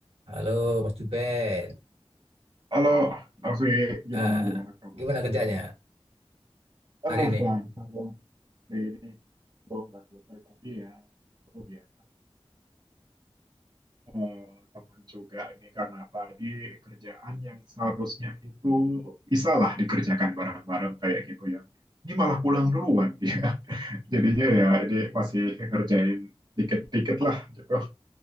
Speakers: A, on the right; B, on the right.
A: Halo Mas Juben,
B: Halo, Novi, gimana
A: Ah,
B: gimana kabarnya?
A: gimana kerjanya
B: Iya. Ah,
A: hari ini?
B: lancar dong. Ini ini belum nggak selesai tapi ya itu biasa. Eh, teman juga ini karena tadi kerjaan yang seharusnya itu bisa lah dikerjakan bareng-bareng kayak gitu ya. Ini malah pulang duluan dia. <laughs> Jadinya ya ini masih ngerjain dikit-dikit lah gitu.